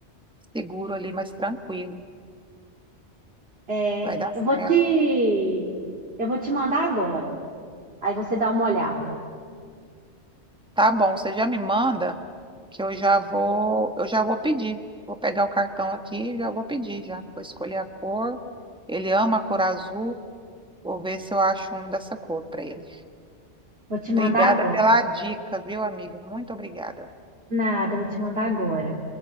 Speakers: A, in the centre; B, on the right.
A: seguro ali, mais tranquilo.
B: É,
A: Vai dar certo.
B: eu vou te, eu vou te mandar agora. Aí você dá uma olhada.
A: Tá bom, você já me manda que eu já vou, eu já vou pedir. Vou pegar o cartão aqui e já vou pedir já. Vou escolher a cor. Ele ama a cor azul. Vou ver se eu acho um dessa cor para ele.
B: Vou te mandar
A: Obrigada
B: agora.
A: pela dica, viu, amiga? Muito obrigada.
B: Nada, eu vou te mandar agora.